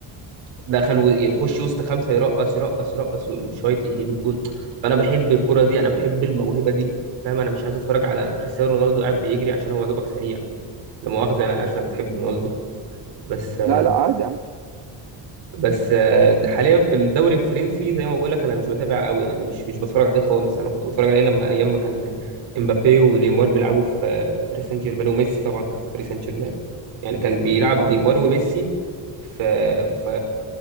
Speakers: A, on the right; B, on the right.
A: دخل و- يخش وسط خمسه يرقص يرقص يرقص ويقوم شايط يجيب جون فانا بحب الكوره دي انا بحب الموهبه دي فاهم انا مش عايز اتفرج على كريستيانو رونالدو قاعد بيجري عشان هو يا دوبك سريع لا مؤاخذة أنا عارف إنك بتحب رونالدو بس
B: لا لا عادي عادي
A: بس ده حاليا في الدوري الفرنسي زي ما بقول لك أنا مش بتابع قوي يعني مش مش بتفرج عليه خالص أنا كنت بتفرج عليه لما أيام ما كان إمبابي ونيمار بيلعبوا في باريس سان جيرمان وميسي طبعا كان في باريس سان جيرمان يعني كان بيلعب
B: اه
A: نيمار وميسي ف ف